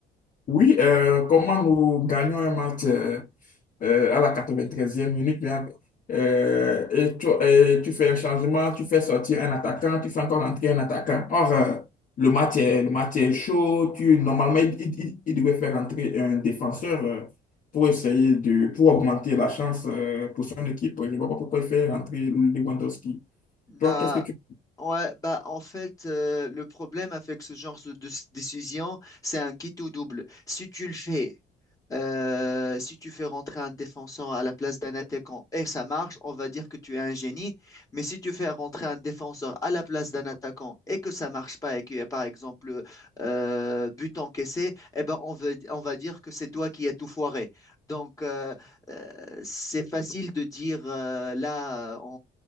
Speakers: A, on the left (about 50°); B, on the left (about 20°).
A: Oui, euh, comment nous gagnons un match euh, euh, à la quatre-vingt-treizième minute, bien, euh, et, tu, et tu fais un changement, tu fais sortir un attaquant, tu fais encore entrer un attaquant. Or, euh, le match est, le match est chaud, tu, normalement, il, il, il- il devait faire entrer un défenseur euh, pour essayer de, pour augmenter la chance euh, pour son équipe. Je ne vois pas pourquoi il fait entrer Lewandowski.
B: Bah,
A: Toi, qu'est-ce que tu
B: ouais, bah, en fait, euh, le problème avec ce genre de, de décision, c'est un quitte ou double. Si tu le fais Euh, si tu fais rentrer un défenseur à la place d'un attaquant et ça marche, on va dire que tu es un génie. Mais si tu fais rentrer un défenseur à la place d'un attaquant et que ça marche pas et qu'il y a par exemple euh, but encaissé, eh ben on veut- on va dire que c'est toi qui as tout foiré. Donc euh, euh, c'est facile de dire euh, là